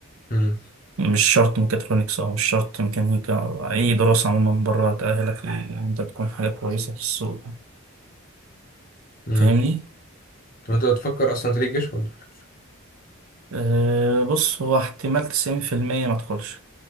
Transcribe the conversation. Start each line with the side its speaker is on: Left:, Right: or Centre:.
Left: امم
Right: مش شرط ميكاترونكس أو مش شرط ميكانيكا أو أي دراسة عموما بره تأهلك إن أنت تكون حاجة كويسة في السوق
Left: امم
Right: فاهمني؟
Left: طب انت بتفكر اصلا تريد جيش ولا لأ؟
Right: أه بص هو احتمال تسعين في المية ما تدخلش